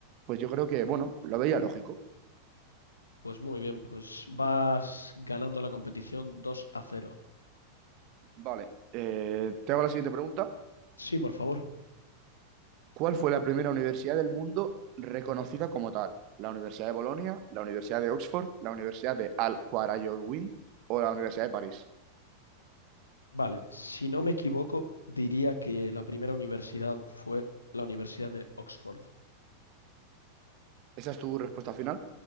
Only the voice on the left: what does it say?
Pues muy bien, pues vas ganando la competición 2 a 0.
Sí, por favor.
Vale, si no me equivoco, diría que la primera universidad fue la Universidad de Oxford.